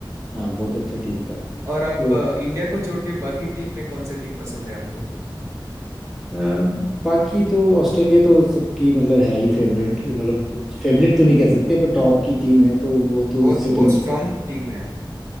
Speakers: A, in the centre; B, on the right.
A: हाँ बहुत अच्छा टीम था
B: और आप
A: तो
B: अ, इंडिया को छोड़ के बाकी टीम में कौन सी टीम पसंद है आपको
A: अ, बाकी तो ऑस्ट्रेलिया तो सबकी मतलब है ही फेवरेट
B: हम्म हम्म
A: मतलब फेवरेट तो नहीं कह सकते पर टॉप की टीम है तो वो तो
B: बहुत
A: उससे
B: बहुत
A: तो
B: स्ट्रांग टीम है